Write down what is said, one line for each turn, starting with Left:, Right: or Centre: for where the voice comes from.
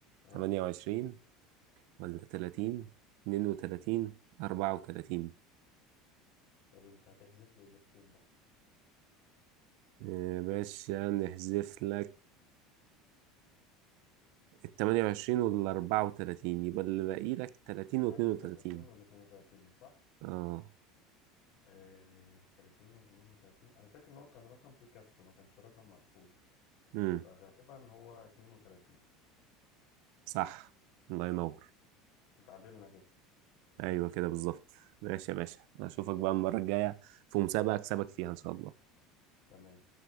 Left: اه
Right: 28 ولا تلاتين اتنين وتلاتين أربعة وتلاتين
Left: طب انت هتحذف لي اجابتين بقى
Right: يا باشا نحذف لك التمانية وعشرين والأربعة وتلاتين يبقى اللي باقي لك تلاتين
Left: معاك
Right: واتنين
Left: ال
Right: وتلاتين
Left: 30 وال 32 صح
Right: اه
Left: آه 30 و32 انا فاكر ان هو كان رقم فيه كسر ما كانش رقم مقفول
Right: امم
Left: يبقى غالبا هو 32
Right: صح الله ينور
Left: اتعادلنا كده
Right: أيوة كده بالظبط ماشي يا باشا أشوفك بقى المرة الجاية في مسابقة أكسبك فيها إن شاء الله
Left: تمام